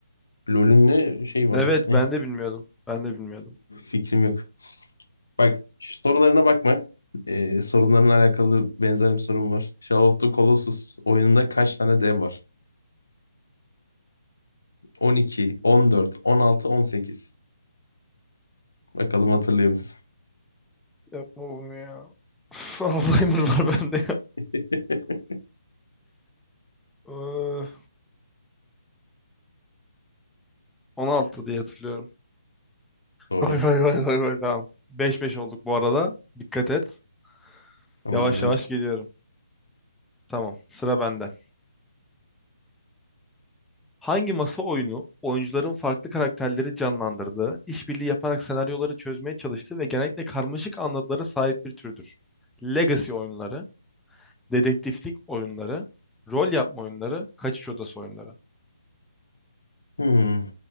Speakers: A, on the left; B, in the centre.
A: LoL'ün ne şey var
B: Evet
A: ya? Ne?
B: ben de bilmiyordum. Ben de bilmiyordum.
A: Fikrim yok. Bak şu sorularına bakma. Ee, sorunlarla alakalı benzer bir sorum var. Shadow of the Colossus oyununda kaç tane dev var? On on iki, on dört, on altı, on sekiz. Bakalım hatırlıyor musun?
B: Yapma bunu ya. <laughs> Üf, Alzheimer var bende ya.
A: <laughs>
B: Ee, 16 diye hatırlıyorum.
A: Doğru.
B: Gol gol gol gol gol tamam. 5-5 olduk bu arada. Dikkat et.
A: Tamamdır.
B: Yavaş yavaş geliyorum. Tamam, sıra bende. Hangi masa oyunu oyuncuların farklı karakterleri canlandırdığı, işbirliği yaparak senaryoları çözmeye çalıştığı ve genellikle karmaşık anlatılara sahip bir türdür? Legacy oyunları, dedektiflik oyunları, rol yapma oyunları, kaçış odası oyunları.
A: Hmm.